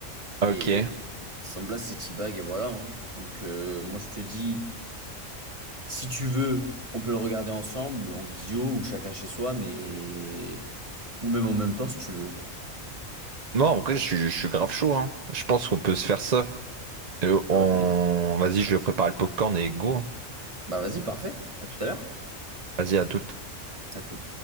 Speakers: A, on the right (about 40°); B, on the right (about 25°).
A: Ok.
B: et son blaze c'est T-Bag et voilà. hein. Donc euh, moi je te dis, si tu veux, on peut le regarder ensemble en visio ou chacun chez soi, mais ou même en même temps si tu veux.
A: Bon, en vrai, je suis, je suis grave chaud, hein. Je pense qu'on peut se faire ça. Et
B: Ah,
A: on...
B: vas-y.
A: Vas-y, je vais préparer le popcorn et go. hein.
B: Bah vas-y, parfait. À tout à l'heure.
A: Vas-y, à tout.
B: À tout.